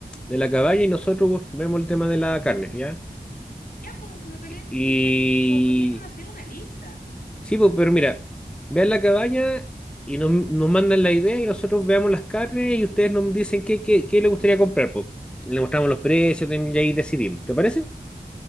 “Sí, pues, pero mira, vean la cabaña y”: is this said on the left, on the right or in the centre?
Centre